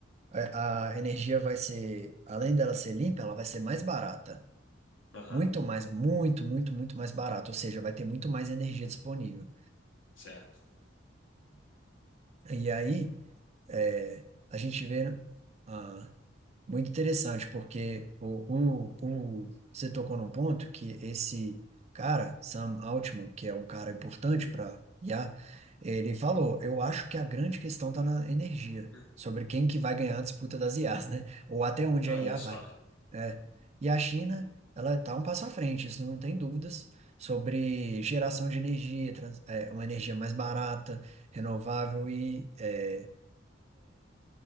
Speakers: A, on the right; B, on the left.
A: A, a energia vai ser, além dela ser limpa, ela vai ser mais barata.
B: Aham,
A: Muito mais, muito, muito, muito mais barata. Ou seja, vai ter muito mais energia disponível.
B: certo.
A: E aí, é, a gente vê, ah, Muito interessante, porque o, o, o- você tocou num ponto que esse cara, Sam Altman, que é um cara importante
B: Hum,
A: para IA, ele falou, eu acho que a grande questão está na energia,
B: hum.
A: sobre quem que vai ganhar a disputa das IAs, né? Ou até onde
B: Olha
A: a IA
B: só,
A: vai. É. E a China, ela está um passo à frente, isso não tem dúvidas, sobre geração de energia, trans- é, uma energia mais barata, renovável e é,